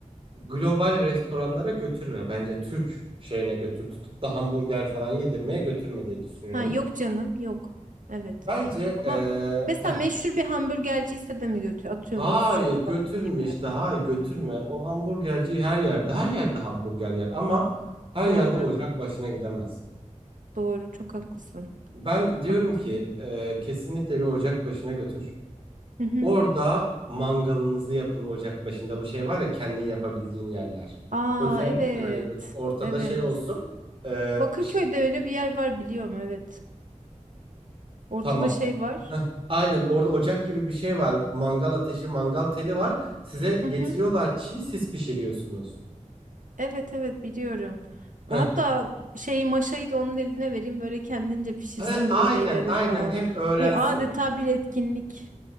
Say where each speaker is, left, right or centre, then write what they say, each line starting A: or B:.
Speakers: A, on the right; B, on the right.
A: global restoranlara götürme. Bence Türk şeyine götür. Tutup da hamburger falan yedirmeye götürme diye düşünüyorum.
B: Ha yok canım yok. Evet.
A: Bence
B: Ama
A: e,
B: mesela
A: heh.
B: meşhur bir hamburgerci ise de mi götür? Atıyorum
A: hayır
B: Nusret
A: götürme
B: falan gibi.
A: işte. Hayır götürme. O hamburgerci her yerde her yerde hamburger yer ama her
B: Doğru.
A: yerde ocak başına gidemez.
B: Doğru. Çok haklısın.
A: Ben
B: Çok
A: diyorum
B: haklısın.
A: ki e, kesinlikle bir ocak başına götür.
B: Hı hı.
A: Orada mangalınızı yapın ocak başında. Bu şey var ya kendin yapabildiğin yerler.
B: Aa
A: Özellikle
B: evet.
A: öyle götür. Ortada
B: Evet.
A: şey olsun. e,
B: Bakırköy'de
A: şey,
B: öyle bir yer var biliyorum evet. Ortada
A: tamam.
B: şey var.
A: Aynen orada ocak gibi bir şey var. Mangal ateşi, mangal teli var. Size getiriyorlar
B: Hı hı.
A: çiğ, siz pişiriyorsunuz.
B: Evet evet biliyorum. Hatta
A: Heh.
B: şeyi maşayı da onun eline vereyim böyle kendince pişirsin
A: Ha, Aynen
B: biraz eğlenir
A: aynen
B: falan.
A: hem öğrensin.
B: Bir adeta bir etkinlik